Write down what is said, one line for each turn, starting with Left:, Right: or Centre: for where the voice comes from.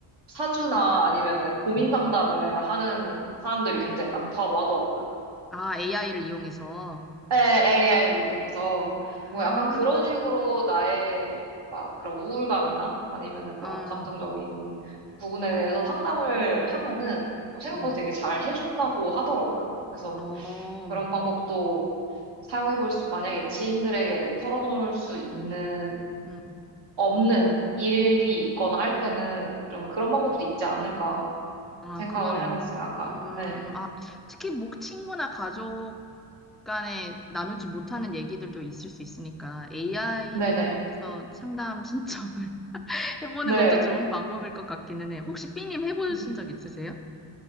Right: 사주나 아니면은 고민
Centre: 네.
Right: 상담을 하는 사람들이 굉장히 많다고 하더라고요.
Centre: 아, AI를 이용해서.
Right: 네, AI를 이용해서
Centre: 아,
Right: 뭐 약간 그런 식으로 나의 막 그런 우울감이나 아니면은 그런
Centre: 음,
Right: 감정적인 부분에 대해서 상담을 하면은 뭐 생각보다
Centre: 음.
Right: 되게 잘 해준다고 하더라고요. 그래서
Centre: 어,
Right: 그런 방법도 사용해 볼 수, 만약에 지인들에게 털어놓을 수 있는,
Centre: 음.
Right: 없는 일이 있거나 할 때는 좀 그런 방법도 있지 않을까
Centre: 아,
Right: 생각을
Centre: 그러네요.
Right: 해봤어요, 아까.
Centre: 음,
Right: 네.
Centre: 아, 특히 목 친구나 가족 간에 나누지 못하는 얘기들도 있을 수 있으니까 AI를
Right: 네네.
Centre: 통해서 상담 신청을 <laughs> 해보는
Right: 네.
Centre: 것도 좋은 방법일 것 같기는 해요. 혹시 B님 해보신
Right: 음.
Centre: 적 있으세요?